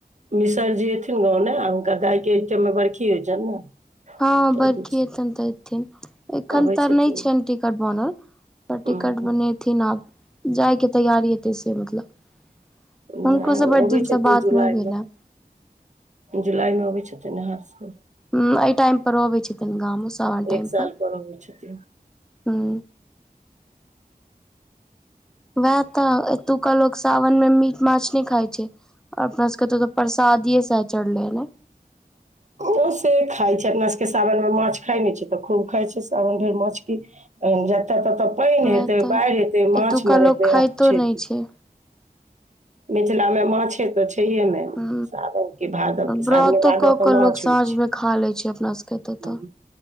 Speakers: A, on the right; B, in the centre.
A: मिसर जी एथिन गाँव ने आब हुनका दायके एहि टाइममे बरखी होइ छनि ने।
B: हँ,
A: तऽ
B: बरखी
A: अबै
B: हेतन तऽ एथिन एखन
A: अबै
B: तऽ
A: छथिन
B: नहि छनि टिकट बनल। पर टिकट
A: हँ
B: बनेथिन आब जायके तैयार हेतै से मतलब।
A: नहि
B: हुनको स बड़
A: अबै
B: दिनसँ
A: छथिन
B: बात
A: जुलाई
B: नहि भेलए।
A: मे जुलाई मे अबै छथिन ने हर साल।
B: हूं एहि टाइम पर अबै छथिन गाम सावन टाइम
A: एक साल
B: पर।
A: अबै छथिन
B: हूं। वएह तऽ एतुका लोक साावन में मीट माछ नहि खाइ छै। आ अपना सबके एत त परसादिये सैह चढ़लैयै ने।
A: ओ से खाइ छै। अपना सबके सावन मे माछ खाइ नहि छै तऽ खूब खाइ छै सावन भरि माछ की। अ जतऽ ततऽ पानि
B: वएह
A: हेतै
B: तऽ
A: बाढ़ि हेतै माछ
B: एतुका
A: मरेतै
B: लोक खाइतो
A: अपछे
B: नहि छै
A: मिथिला मे माछे तऽ छैहे ने
B: ह
A: सावन कि भादव।
B: व्रतो
A: सावने भादव
B: क
A: तऽ
B: क लोग
A: माछ
B: साँझ
A: होइ
B: में खा ले छै अपना सबके एतत।
A: छै